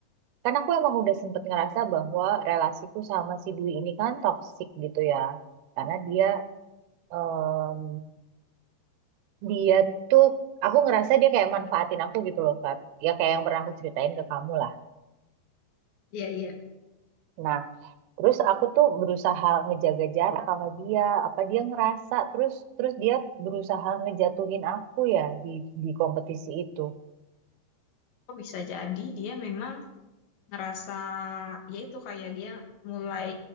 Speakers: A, on the right; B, on the left.
A: karena aku emang udah sempet ngerasa bahwa relasiku sama si Dwi ini kan toksik gitu ya karena dia Em, dia tuh aku ngerasa dia kayak manfaatin aku gitu loh Fat ya kayak yang pernah aku ceritain ke kamu lah
B: Iya, iya.
A: nah terus aku tuh berusaha ngejaga jarak sama dia apa dia ngerasa terus terus dia berusaha ngejatuhin aku ya di di kompetisi itu
B: Kok bisa jadi dia memang ngerasa ya itu kayak dia mulai